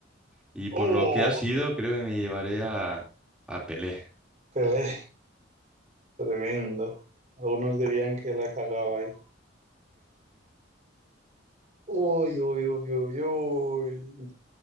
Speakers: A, in the centre; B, on the right (about 40°).
A: Y
B: ¡Oh!
A: por lo que ha sido, creo que me llevaré a, a Pelé.
B: Pelé, tremendo. Algunos dirían que la cagaba ahí. Uy, uy, uy, uy, uy.